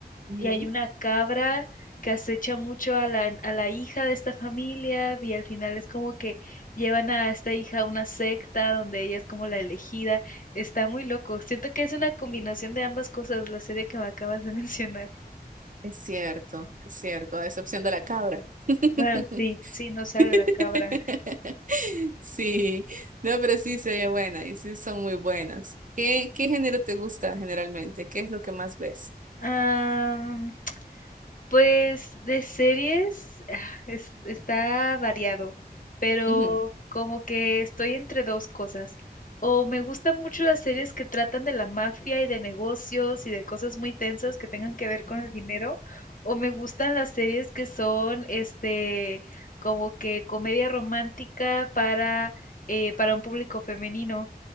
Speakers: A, on the right; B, on the left.
A: Ujú.
B: Y hay una cabra que acecha mucho a la, a la hija de esta familia y al final es como que llevan a esta hija a una secta donde ella es como la elegida. Está muy loco. Siento que es una combinación de ambas cosas, la serie que me acabas de <laughs> mencionar.
A: Es cierto, es cierto, a excepción de la cabra. <laughs>
B: Bueno, sí, sí, no sale
A: <laughs>
B: la cabra.
A: Sí, no, pero sí se oye buena y sí son muy buenas. ¿Qué, qué género te gusta generalmente? ¿Qué es lo que más ves?
B: Ah, Pues de series ah, es- está variado, pero
A: Ujú,
B: como que estoy entre dos cosas. O me gustan mucho las series que tratan de la mafia y de negocios y de cosas muy tensas que tengan que ver con el dinero, o me gustan las series que son este como que comedia romántica para eh, para un público femenino,